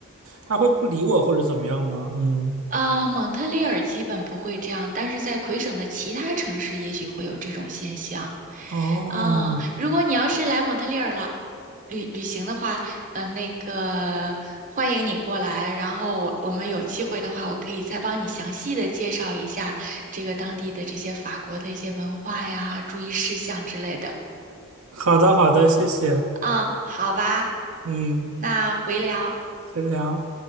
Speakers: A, on the right (about 70°); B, on the right (about 35°).
A: 他会不理我或者怎么样吗？嗯，
B: 啊，蒙特利尔基本不会这样，但是在魁省的其他城市也许会有这种现象。
A: 哦，
B: 啊，如果你要是来蒙特利尔了旅旅行的话，嗯、呃，那个欢迎你过来，然后我我们有机会的话，我可以再帮你详细的介绍一下这个当地的这些法国的一些文化呀、注意事项之类的。
A: 好的好的，谢谢，
B: 嗯，好吧，
A: 嗯，
B: 那回聊。
A: 回聊。